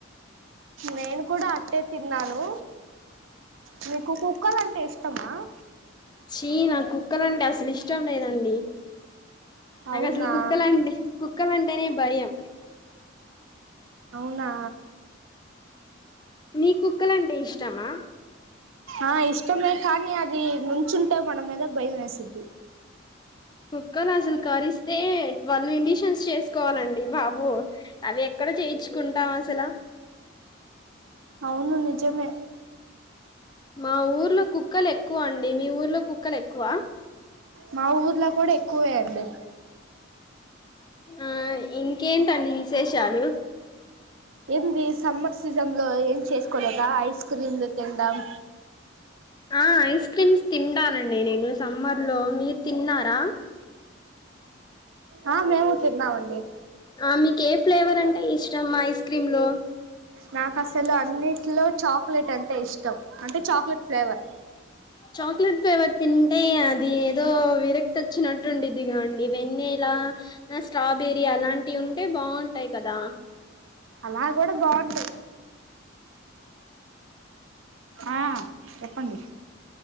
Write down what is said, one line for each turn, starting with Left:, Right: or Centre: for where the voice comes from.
Right: నేను కూడా అట్టే తిన్నాను మీకు కుక్కలు అంటే ఇష్టమా ఆ
Left: చీ నాకుక్కలాంటే అసలు ఇష్టం లేదండి నాకు
Right: అవునా
Left: అసలు కుక్కలు అంటే కుక్కలు అంటేనే భయం
Right: అవునా
Left: నీకు కుక్కలంటే ఇష్టమా
Right: ఆ ఇష్టమే కానీ అది ముంచుంటే మన మీద భయ వేసద్ది
Left: కుక్కలు అసలు కరిస్తే ట్వెల్వ్ ఇండిషన్స్ చేసుకోవాలండి బాబు అవి ఎక్కడ చేయించుకుంటాం అసలు
Right: అవును నిజమే
Left: మా ఊర్లో కుక్కలు ఎక్కువ అండి మీ ఊర్లో కుక్ కుక్కలు ఎక్కువ
Right: మా ఊర్లో కూడ ఎక్కువే అండి
Left: ఆ ఇంకేంటండి విశేషాలు
Right: ఏంది సమ్మర్ సీజన్ లో ఏం చేసుకోలేదా ఐస్ క్రీమ్లు తినడం
Left: ఆ ఐస్ క్రీమ్స్ తింటానండి నేను సమ్మర్ లో మీరు తిన్నారా
Right: ఆ మేము తిన్నామండి
Left: ఆ మీకు ఏ ఫ్లేవర్ అంటే ఇష్టమ్ ఐస్ క్రీమ్ లో
Right: నాకు అసలు అన్నిటిలో చాక్లెట్ అంటె ఇష్టం అంటే చాక్లెట్ ఫ్లేవర్
Left: చాక్లెట్ ఫ్లేవర్ తింటే అది ఏదో విరక్ వచ్చినట్టుఉండిద్దిగా అండి వెన్న ఇలా ఆ స్ట్రాబెరీ అలాంటివి ఉంటె బాగుంటయి కదా
Right: అలా కూడ బాగుంటయి ఆ చెప్పండి